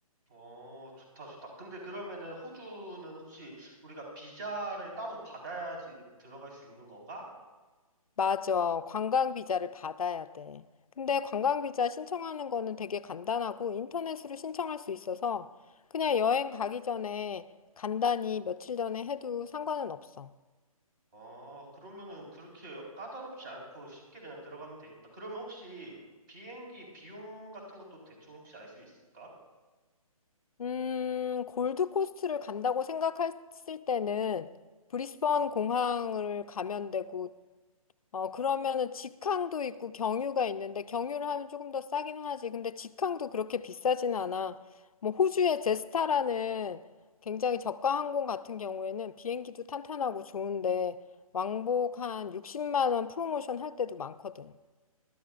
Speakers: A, on the right (about 35°); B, on the left (about 70°).
A: 어, 좋다, 좋다. 근데 그러면은 호주는 혹시 우리가 비자를 따로 받아야지 들어갈 수 있는 건가?
B: 맞아. 관광 비자를 받아야 돼. 근데 관광 비자 신청하는 거는 되게 간단하고 인터넷으로 신청할 수 있어서 그냥 여행 가기 전에 간단히 며칠 전에 해도 상관은 없어.
A: 어, 그러면은 그렇게 까다롭지 않고 쉽게 그냥 들어가면 되겠다. 그러면 혹시 비행기 비용 같은 것도 대충 혹시 알 수 있을까?
B: 음, 골드코스트를 간다고 생각했을 때는 브리스번 공항을 가면 되고, 어, 그러면은 직항도 있고 경유가 있는데, 경유를 하면 조금 더 싸긴 하지. 근데 직항도 그렇게 비싸진 않아. 뭐, 호주의 제스타라는 굉장히 저가 항공 같은 경우에는 비행기도 탄탄하고 좋은데, 왕복 한 60만 원 프로모션 할 때도 많거든.